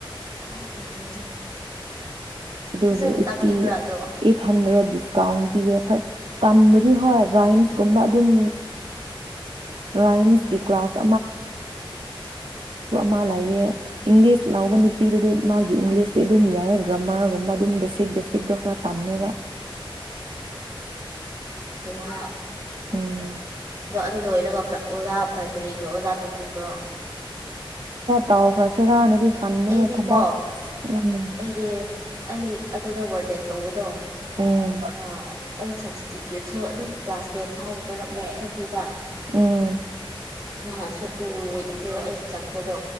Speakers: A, on the right; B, on the right.
A: ꯎꯝ ꯎꯝ
B: ꯑꯗꯨꯒꯤ
A: ꯐꯖꯅ
B: ꯑꯩꯠꯇꯤ
A: ꯇꯥꯛꯄꯤꯕ꯭ꯔꯥ
B: ꯑꯩꯠꯍꯟꯗ꯭ꯦꯔꯠ
A: ꯑꯗꯣ
B: ꯗꯤꯁꯀꯥꯎꯟ ꯄꯤꯒꯦꯐꯠ ꯇꯝꯕꯨꯗꯤ ꯍꯣꯏ ꯔꯥꯏꯝꯁꯀꯨꯝꯕ ꯑꯗꯨꯝ
A: <unintelligible>
B: ꯔꯥꯏꯝꯁꯀꯤ ꯀ꯭ꯂꯥꯁ ꯃꯥ ꯂꯥꯢꯌꯦ ꯏꯪꯂꯤꯁ ꯂꯥꯎꯕ ꯅꯨꯄꯤꯗꯨꯗꯤ ꯃꯥꯒꯤ ꯏꯪꯂꯤꯁꯇꯤ ꯑꯗꯨꯝ ꯌꯥꯏꯌꯦ ꯒ꯭ꯔꯥꯝꯃꯥꯔꯒꯨꯝ ꯑꯗꯨꯝ ꯕꯦꯁꯛ ꯕꯦꯁꯛꯗꯣ ꯈꯔ ꯇꯝꯃꯦꯕ
A: ꯐꯩꯅꯦ
B: ꯎꯝ
A: ꯑꯗꯨ ꯂꯣꯏꯔꯒ ꯑꯣꯖꯥ ꯄ꯭ꯔꯥꯏꯕꯔꯤꯒꯤ ꯑꯣꯖꯥ ꯇꯧꯅꯤꯡꯕ꯭ꯔꯣ
B: ꯇꯥꯎꯈ꯭ꯔꯁꯤꯔꯥꯅꯗꯤ ꯈꯟꯕꯅꯦ
A: ꯑꯩꯗꯤꯀꯣ
B: ꯊꯕꯥꯛ ꯎꯝ
A: ꯑꯩꯗꯤ ꯑꯩ ꯑꯗꯨꯗ ꯋꯔꯗꯦꯠ ꯇꯧꯕꯗꯣ
B: ꯎꯝ
A: ꯑꯥ ꯑꯩ ꯁꯕꯁꯇꯤꯇ꯭ꯌꯨꯠꯁꯨ ꯑꯗꯨꯝ ꯀ꯭ꯂꯥꯁ ꯇꯦꯟ ꯐꯥꯎꯕ ꯃꯔꯛ ꯃꯔꯛꯆꯠꯄꯤꯕ
B: ꯎꯝ
A: ꯅꯍꯥꯟꯁꯨ ꯇꯨꯋꯦꯛꯅꯦ ꯑꯩ ꯆꯪꯕꯗꯣ